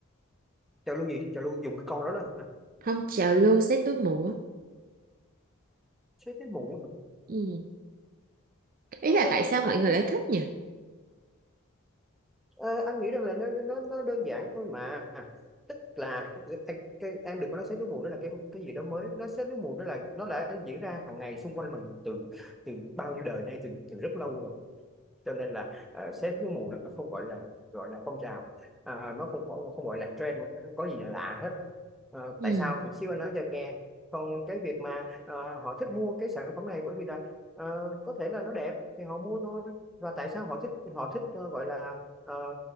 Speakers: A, in the centre; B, on the right.
A: chào luôn gì chào luôn dùng cái con đó đó hả
B: không trào lưu xé túi mù á
A: chết cái mụ hả
B: Ừ. Ý
A: Ờ,
B: là tại sao mọi
A: anh
B: người lại thích nhỉ?
A: ờ, anh nghĩ rằng là nó nó nó đơn giản thôi mà tức là em, cái, em đừng có nói sấy túi mù đó là cái cái gì đó mới nó sấy túi mù đó là nó đã diễn ra hàng ngày xung quanh mình từ từ bao nhiêu đời nay từ từ rất lâu rồi cho nên là ờ, xét cái mùa nó không gọi là gọi là phong trào à, nó không không không gọi là trend nó có gì là lạ hết Ờ,
B: Ừ.
A: tại sao thì xíu anh nói cho em nghe còn cái việc mà ờ, họ thích mua cái sản phẩm này bởi vì là ờ, có thể là nó đẹp thì họ mua thôi và tại sao họ thích họ thích ờ, gọi là ờ,